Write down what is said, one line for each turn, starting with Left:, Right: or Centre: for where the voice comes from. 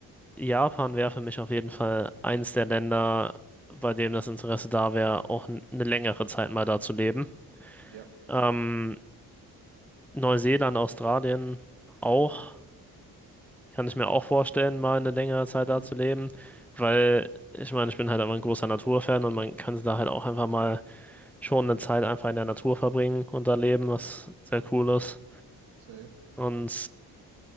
Centre: Japan wäre für mich auf jeden Fall eins der Länder, bei dem das Interesse da wäre, auch n- eine längere Zeit mal da zu leben.
Right: Ja.
Centre: Ähm, Neuseeland, Australien auch. Kann ich mir auch vorstellen, mal eine längere Zeit
Right: Mhm.
Centre: da zu leben, weil ich meine, ich bin halt einfach ein großer Naturfan und man kann da halt auch einfach mal schon eine Zeit einfach in der Natur verbringen und da leben, was sehr cool ist.
Right: Safe.
Centre: Und